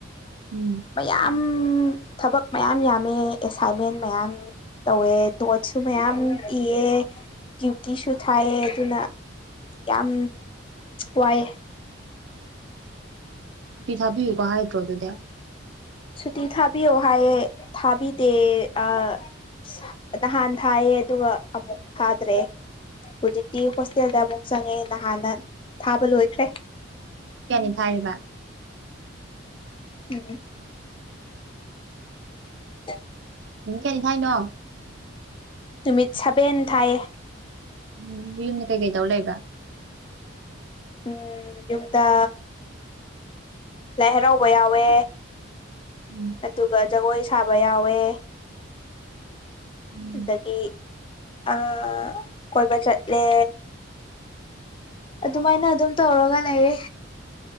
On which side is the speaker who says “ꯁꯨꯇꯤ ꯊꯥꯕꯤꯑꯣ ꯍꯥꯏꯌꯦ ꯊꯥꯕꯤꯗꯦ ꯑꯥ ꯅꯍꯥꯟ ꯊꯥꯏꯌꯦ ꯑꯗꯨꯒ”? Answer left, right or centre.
Left